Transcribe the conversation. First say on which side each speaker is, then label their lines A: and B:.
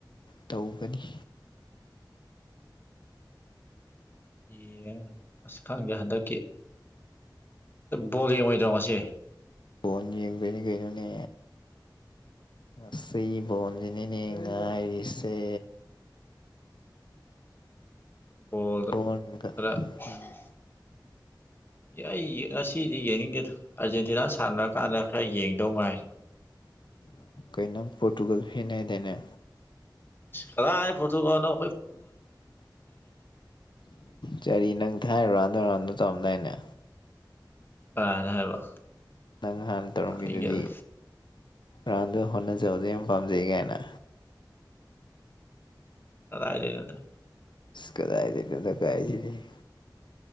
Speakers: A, on the left; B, on the left.
A: ꯇꯧꯒꯅꯤ
B: ꯌꯦ ꯑꯁ ꯈꯪꯗꯦ ꯍꯟꯗꯛꯀꯤ ꯕꯜꯂ ꯌꯦꯡ ꯉꯣꯏꯗꯔꯣ ꯉꯁꯤ
A: ꯕꯣꯂ ꯌꯦꯡꯕꯅꯤ ꯀꯅꯣꯅꯦ ꯉꯁꯤ ꯣꯟꯖꯅꯤ ꯉꯥꯏꯔꯤꯁꯦ
B: ꯕꯥꯜꯂꯗꯣ
A: ꯕꯣꯟꯒ
B: ꯈꯔꯦ ꯑꯦ
A: ꯎꯝ
B: ꯑꯩ ꯉꯁꯤꯗꯤ ꯌꯦꯡꯅꯤꯡꯗꯦꯗ ꯑꯥꯔꯖꯦꯟꯇꯤꯅꯥ ꯁꯥꯟꯅꯔꯀꯥꯟꯗ ꯈꯔ ꯌꯦꯡꯗꯧ ꯉꯥꯏꯔꯦ
A: ꯀꯩꯅꯥꯝ ꯄꯣꯔꯇꯨꯒꯜ ꯍꯤꯅꯦꯗꯅꯦ
B: ꯍꯂꯥꯏ ꯄꯣꯊꯨ ꯀꯅꯣ
A: ꯆꯔꯤ ꯅꯪ ꯊꯥꯏꯔꯨꯔꯅꯔ ꯇꯣꯔꯝꯗꯦꯅ
B: ꯀꯅ ꯍꯥꯏꯕ
A: ꯅꯪ ꯍꯥꯟꯅ ꯇꯧꯔꯝꯃꯤꯗꯨꯗꯤ
B: ꯇꯥꯅꯤꯡꯗꯦꯗ
A: ꯭ꯔꯥꯟꯗ ꯍꯣꯠꯅꯖꯕꯗ ꯌꯥꯝ ꯄꯥꯝꯖꯩ ꯀꯥꯏꯅ
B: ꯑꯗꯥꯏꯔꯦꯒꯗ
A: ꯀꯗꯥꯏꯗꯅꯗ ꯀꯥꯏꯁꯤꯅꯤ